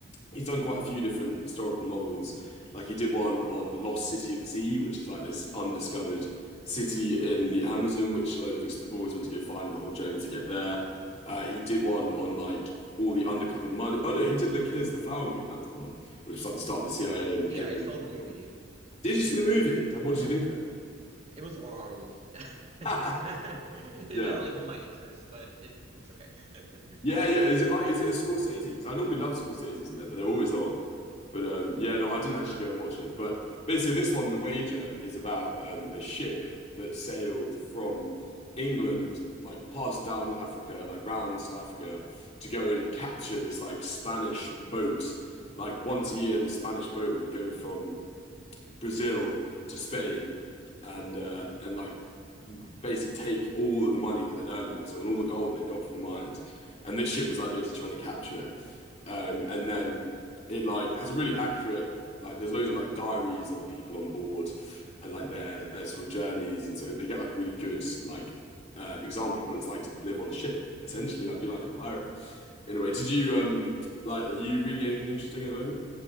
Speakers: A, on the left; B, on the right.
A: he's done quite a few different historical novels. Like he did one on the lost city of Z, which is like this undiscovered city in the Amazon, which a load of explorers went to go find and the whole journey to get there. Uh, he did one on like all the undercover money. Oh no, he did The Killers of the Flower Moon. That was the one, which was like the start of the CIA and became
B: Yeah, I
A: a really.
B: saw
A: good
B: the movie.
A: film. Did you see the movie? What
B: Yeah,
A: did you think of
B: it was long. <laughs> It
A: it? <laughs>
B: didn't really
A: Yeah.
B: hold my interest, but it, it's okay. <laughs>
A: Yeah, yeah. Is it like is it a Scorsese? Because I normally love Scorsese's, and they're, but they're always long. But um, yeah, no, I didn't actually go and watch it. But basically, this one, The Wager, is about um, a ship that sailed from England, like past down Africa, like round South Africa, to go and capture this like Spanish boat. Like once a year, this Spanish boat would go from Brazil to Spain, and uh, and like basically take all of the money that they'd earned in Brazil and all the gold they'd got from the mines. And this ship was like basically trying to capture it. Um, and then it like has a really accurate like there's loads of like diaries of the people on board and like their their sort of journeys. And so they get like a really good like uh, example of what it's like to live on a ship, essentially, like be like a pirate in a way. Did you um like are you reading anything interesting at the moment,